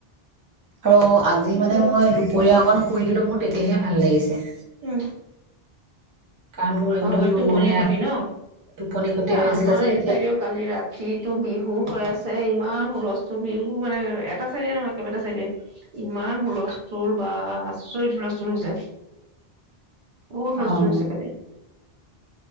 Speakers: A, on the right; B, on the right.
A: আৰু আজি মানে
B: হয়
A: মই দুপৰীয়া অকণ পঢ়িলেও মোৰ তেতিয়াহে ভাল লাগিছে।
B: উম।
A: কাৰণ মোৰ একদম
B: অ টোপনি
A: মানে
B: খতি ন,
A: টোপনি ক্ষতি
B: এ
A: হৈ আছিলে
B: আমাৰ
A: যে
B: এই
A: এতিয়া
B: চাইেও কালি ৰাতিটো বিহু হৈ আছে। ইমান হুলস্থুল বিহু মানে এটা চাইডে নহয় কেইবাটা চাইডে ইমান হুলস্থুল বা আচৰিত হুলস্থুল হৈছে। বহুত হুলস্থুল
A: অ'।
B: হৈছে কালি।